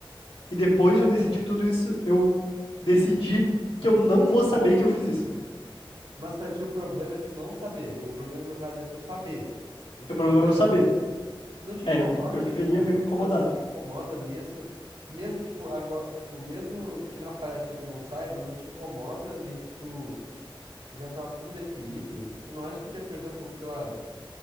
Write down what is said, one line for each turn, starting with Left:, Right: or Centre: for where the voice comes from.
Left: E depois de eu decidir tudo isso, eu decidi que eu não vou saber que eu fiz isso.
Right: Mas pra ti o problema é tu não saber. O problema, no caso, é tu saber. Esse
Left: O
Right: é
Left: problema
Right: o problema?
Left: é eu saber.
Right: Não te incomoda,
Left: É, eu, eu viveria
Right: tipo,
Left: meio incomodado.
Right: mas não te incomoda mesmo, mesmo, tipo, agora, tipo, mesmo que na prática tu não saiba, não te incomoda meio que tu já tá tudo definido, tu não acha que tu ia perder um pouco, sei lá,